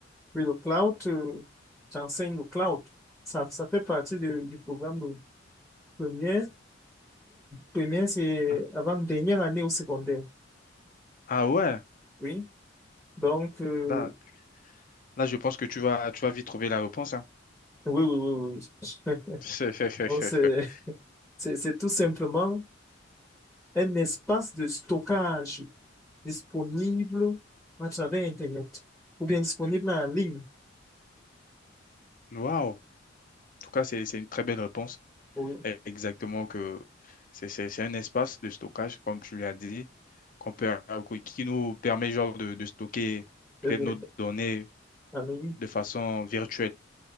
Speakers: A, in the centre; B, on the left.
A: Oui, le cloud, euh, j'enseigne le cloud. Ça, ça fait partie de- du programme de première. Première, c'est
B: Ah
A: avant dernière année au secondaire.
B: ah ouais.
A: Oui. Donc, euh,
B: bah, Là, je pense que tu vas, tu vas vite trouver la réponse, hein.
A: oui, oui, oui, oui. <laughs>
B: <laughs>
A: Donc, C'est, c'est, c'est tout simplement un espace de stockage disponible à travers Internet ou bien disponible en ligne.
B: Waouh! En tout cas, c'est, c'est une très belle réponse.
A: Oui,
B: Eh, Exactement que c'est c'est- c'est un espace de stockage, comme tu l'as dit, qu'on peut, qui qui nous permet genre de, de stocker
A: Eh
B: peut-être
A: bien,
B: nos données
A: en ligne.
B: de façon virtuelle.